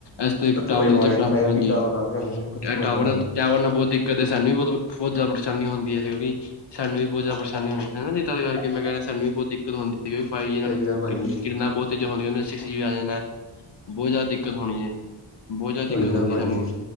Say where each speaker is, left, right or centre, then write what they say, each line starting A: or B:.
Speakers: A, on the left (about 60°); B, on the left (about 25°).
A: ਇਸ ਤਰ੍ਹਾਂ
B: ਕਿੱਥੋਂ
A: ਟਾਵਰ
B: ਭਾਈ ਆਵਾਜ਼
A: ਦੇ ਚੱਕ
B: ਆਣੀ ਫਾਈਵ
A: ਹਾਂਜੀ
B: ਜੀ ਟਾਵਰ ਆ ਗਏ ਕਿੱਥੋਂ ਆਵਾਜ਼ਾਂ
A: ਟਾਵਰ
B: ਆਣੀਆਂ
A: ਟਾਵਰ ਨਾਲ ਬਹੁਤ ਕਦੇ ਸਾਨੂੰ ਵੀ ਬ ਬਹੁਤ ਜ਼ਿਆਦਾ ਪਰੇਸ਼ਾਨੀ ਹੁੰਦੀਆ ਸੀਕਿ ਸਾਨੂੰ ਵੀ ਬਹੁਤ ਜ਼ਿਆ ਪਰੇਸ਼ਾਨੀ ਉਹਦੀ ਹਨਾ ਦੀਤਾ ਦੇ ਕਰਕੇ ਮੈਂ ਕਹਿੰਦਾ ਸੂੰ ਵੀ ਬਹੁਤ ਦਿੱਕਤ ਹੁੰਦੀ੍ ਠੀਕ ਵੀ ਫਾਈਵ ਜੀ ਨਾਲ
B: ਸਹੀ ਗੱਲ ਭਾਜੀ
A: ਕਿੰਨਾ ਬਹੁਤ ਤੀਜ਼ਾਂ ਹੋਣੀਆਂ ਉਹਦੇ ਨਾਲ ਸਿਕਸ ਜੀ ਆ ਜਾਂਣਾ ਬਹੁਤ ਜ਼ਿਆਦਾ ਦਿੱਕਤ ਹੋਣੀ ਹੈ ਬਹੁਤ
B: ਸਹੀ
A: ਜ਼ਿਆਦਾ ਦਿੱਕਤ
B: ਗੱਲ
A: ਹੁੰਦੀ
B: ਭਾਜੀ
A: ਹੈ ਸਾਨੂੰ